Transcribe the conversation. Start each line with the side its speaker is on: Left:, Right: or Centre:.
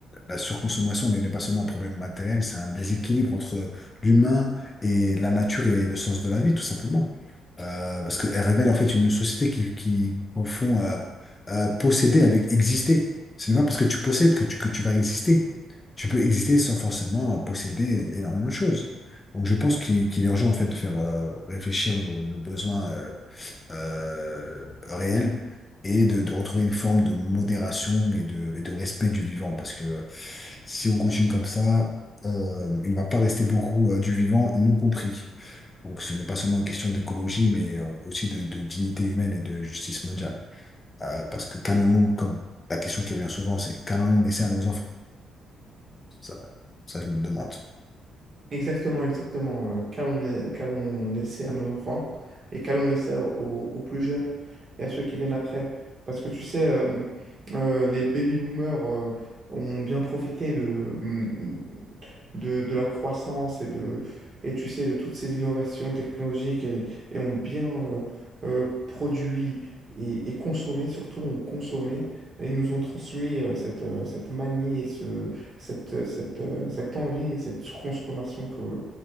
Left: la surconsommation n'est n'est pas seulement un problème matériel, c'est un déséquilibre entre l'humain et la nature et le sens de la vie, tout simplement. Euh, parce qu'elle révèle en fait une société qui, qui confond euh, euh, posséder avec exister. C'est pas parce que tu possèdes que tu, que tu vas exister. Tu peux exister sans forcément posséder euh, énormément de choses. Donc je pense qu'il qu'il est urgent en fait de faire euh, réfléchir nos, nos besoins euh, euh, réel et de, de retrouver une forme de modération et de, et de respect du vivant. Parce que euh, si on continue comme ça, euh, il ne va pas rester beaucoup euh, du vivant, nous compris. Donc ce n'est pas seulement une question d'écologie, mais euh, aussi de, de dignité humaine et de justice mondiale. Euh, parce que qu'allons-nous, comme la question qui revient souvent, c'est qu'allons-nous laisser à nos enfants? Ça, ça je me le demande.
Right: Exactement, exactement. euh, qu'allons, qu'allons laisser à nos enfants et qu'allons laisser aux, aux- aux plus jeunes et à ceux qui viennent après. Parce que tu sais, euh, euh, les baby boomers euh, ont bien profité de, de, de la croissance et de, et tu sais, de toutes ces innovations technologiques et, et ont bien euh, euh, produit et, et consommé, surtout ont consommé. Et Ils nous ont transmis euh, cette, euh, cette manie et ce, cette, cette, euh, cette envie et cette surconsommation que,